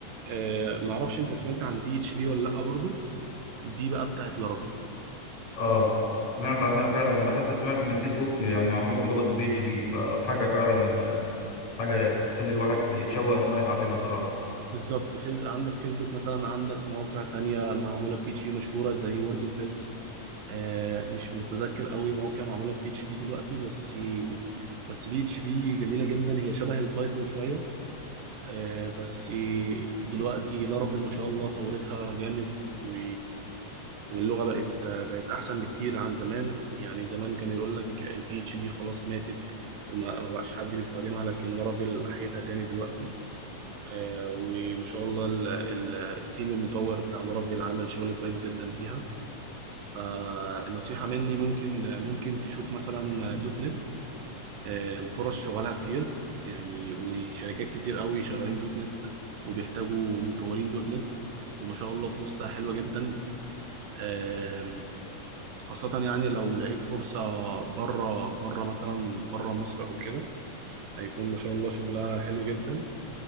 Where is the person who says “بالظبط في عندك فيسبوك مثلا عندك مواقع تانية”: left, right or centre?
Right